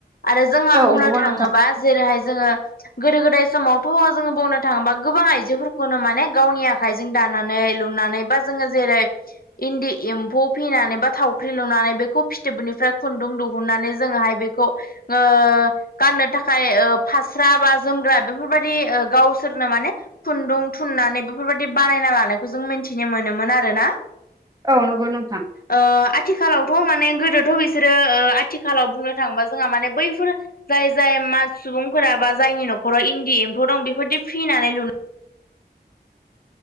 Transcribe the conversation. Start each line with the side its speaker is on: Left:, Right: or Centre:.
Left: आरो जोंहा
Right: औ
Left: बुंनो
Right: नंगौ
Left: थाङोबा
Right: नोंथां
Left: जेरैहाय जोङो गोदो गोदाय समावथ' जोङो बुंनो थाङोबा गोबां आइजोफोरखौनो माने गावनि आ खाइजों दानानै लुनानै बा जोङो जेरै इन्दि एम्फौ फिनानै बा थावख्रि लुनानै बेखौ फिथोबनिफ्राय खुन्दुं दिहुननानै जोङोहाय बेखौ ओ गाननो थाखाय ओ फास्रा बा जोमग्रा बेफोरबायदि गावसोरनो माने खुन्दुं थुननानै बेफोरबादि बानायना लानायखौ जों मिन्थिनो मोनोमोन आरोना
Right: औ नंगौ नोंथां
Left: ओ आथिखालावथ' माने गोदोथ' बिसोरो ओ आथिखालाव बुंनो थाङोबा जोंहा माने बैफोर जाय जाय मा सुबुंफोरा बा जायनि न'खराव इन्दि एम्फौ दं बेफोरदि फिनानै लु